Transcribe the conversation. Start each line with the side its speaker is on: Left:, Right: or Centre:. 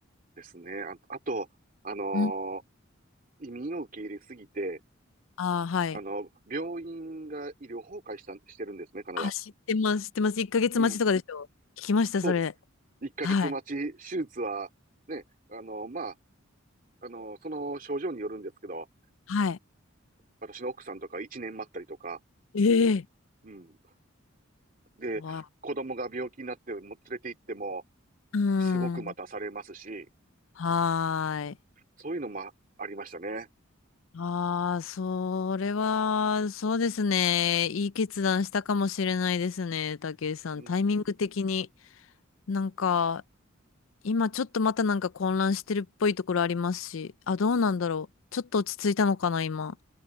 Right: ですね。あ、あと、あのー
Left: ん
Right: 移民を受け入れすぎて、
Left: ああ、はい。
Right: あの、病院が医療崩壊した、してるんですね、カナダ。
Left: あ、知ってます、知ってます。1ヶ月待ちとかでしょ。
Right: うん。
Left: 聞きました、
Right: そうです。
Left: それ。
Right: 1ヶ月待ち、
Left: はい。
Right: 手術は、ね、あの、まあの、その症状によるんですけど、
Left: はい。
Right: 私の奥さんとか一年待ったりとか、
Left: ええ
Right: うん。で、
Left: わ。
Right: 子供が病気になっても連れて行っても、
Left: うー
Right: すごく待たされますし、
Left: ん。はーい。
Right: そういうのもありましたね。
Left: ああ、それは、そうですね。いい決断したかもしれないですね、武井さん。
Right: うん。
Left: タイミング的に。なんか、今ちょっとまたなんか混乱してるっぽいところありますし。あ、どうなんだろう。ちょっと落ち着いたのかな、今。